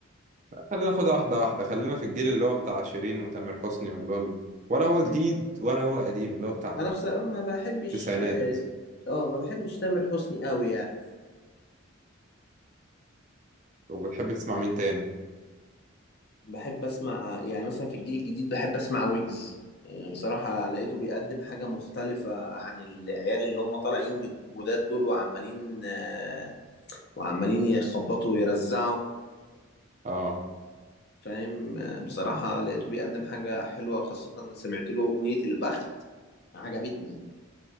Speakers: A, on the right; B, on the left.
A: خلينا ناخدها واحدة واحدة خلينا في الجيل اللي هو بتاع شيرين وتامر حسني ولا ال- ولا هو جديد
B: مم.
A: ولا هو قديم اللي هو بتاع
B: انا بصراحة ما بحبش
A: التسعينات
B: اه آه، ما بحبش تامر حسني قوي يعني
A: وبتحب تسمع مين تاني
B: بحب اسمع يعني مثلا في الجيل الجديد بحب اسمع ويجز آه، بصراحة لقيته بيقدم حاجة مختلفة عن العيال اللي هم طالعين جد- جداد دول وعمالين آه، وعمالين يخبطوا ويرزعوا
A: اه
B: فاهم آه، بصراحة لقيته بيقدم حاجة حلوة خاصة إن سمعت له أغنية البخت عجبتني